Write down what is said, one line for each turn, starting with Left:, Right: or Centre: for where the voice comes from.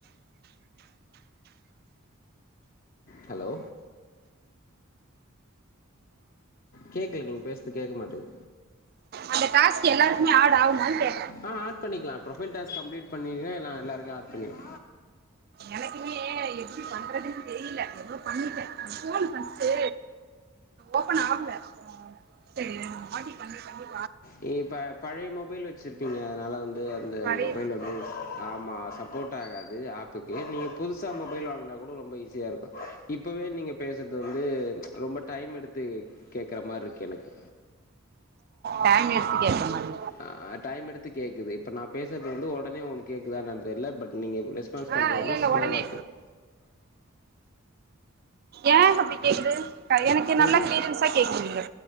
Left: ஹலோ கேக்கல நீங்க பேசுறது கேட்க மாட்டுது
Right: அந்த டாஸ்க் எல்லாருக்குமே ஆட் ஆவுமான்னு கேட்
Left: அ ஆட் பண்ணிக்கலா ப்ரோஃபைல் டாஸ்க் கம்ப்ளீட் பண்ணீன்னா எல்லாருக்கு ஆர்ட் பண்ணிர்வே
Right: எனக்குமே எப்படி பண்றதுன்னு தெரியல எவளோ பண்ணிட்டே ஃபோன் ஃபஸ்ட்டு ஓபன் ஆகல <unintelligible> ம்ட்டு அங்க <unintelligible>
Left: நீ இப்ப பழைய மொபைல் வச்சிருப்பீங்க அதனால வந் அது அந்த
Right: சரி
Left: மொபைல் வந்து ஆமா சப்போர்ட் ஆகாது ஆப் போ கே நீங்கள் புதுசா மொபைல் வாங்கினா கூட ரொம்ப ஈஸியா இருக்கு இப்பவே நீங்க பேசுறது வந்து ரொம்ப டைம் எடுத்து கேக்குற மாரி இருக்கு எனக்
Right: டைம் எடுத்து கேக்கற மாரி
Left: அ டைம் எடுத்து கேட்குது இப்போ நா பேசுறது வந்து உடனே உங்களுக்கு கேடக்குதுதா என்னனு தெரியல பட் நீங்க ரெஸ்பான்ஸ் பண்ணுறது
Right: ஆ இல்ல
Left: வந்து
Right: இல்ல
Left: ஸ்லோவா
Right: உடனே
Left: கேக்
Right: ஏ ஹப்பி கேக்குது அ எனக்கு
Left: தெரி
Right: நல்லா கீளியரன்ஸ் ஆ கேக்குதுங்க